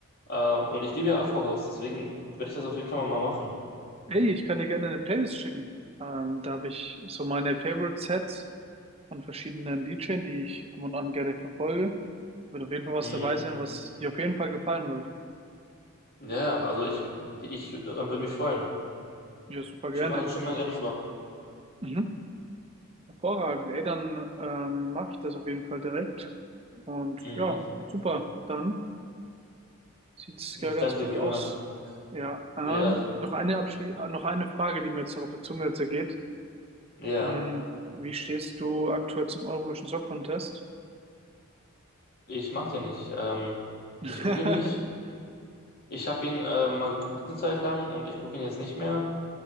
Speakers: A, on the left; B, on the right.
A: Ähm, und ich liebe ja Afrohaus, deswegen werde ich das auf jeden Fall mal machen.
B: Ey, ich kann dir gerne eine Playlist schicken. Ähm, da habe ich so meine Favorite Sets von verschiedenen DJs, die ich ab und an gerne verfolge. Wird auf jeden Fall was
A: Mhm.
B: dabei sein, was dir auf jeden Fall gefallen wird.
A: Ja, ja, also ich, ich äh, würde mich freuen.
B: Ja, super gerne.
A: Schick mal, schick mal gerne rüber.
B: Mhm. Hervorragend. Ey, dann ähm, mache ich das auf jeden Fall direkt. Und
A: Mhm.
B: ja, super. Dann sieht's
A: Ich
B: ja ganz
A: danke
B: gut
A: dir vielmals.
B: aus. Ja, ähm,
A: Ja,
B: noch eine Abschli äh, noch eine Frage, die mir jetzt auf der Zunge zergeht.
A: ja,
B: Hm, Wie stehst du aktuell zum Eurovision Song Contest?
A: ich mag den nicht. Ähm,
B: <laughs>
A: ich gucke ihn nicht. Ich habe ihn äh, mal geguckt eine Zeit lang und ich gucke ihn jetzt nicht mehr.